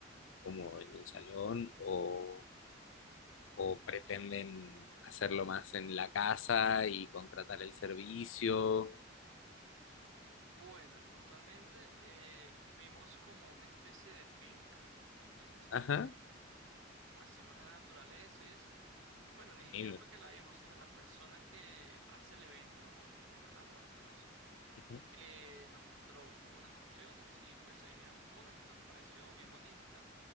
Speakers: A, on the left; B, on the right.
A: como en un salón, o, o pretenden hacerlo más en la casa y contratar el servicio?
B: Bueno, puntualmente eh, vimos como una especie de finca, si me entiendes?
A: Ajá,
B: Algo como así más a la naturaleza y eso. Bueno, ni siquiera
A: lindo.
B: fue que la vimos, sino la persona que hace el evento o el tema de la boda y todo eso,
A: Ujú,
B: eh, nos mostró unas opciones y pues ahí miramos unas que nos pareció bien bonita y tal.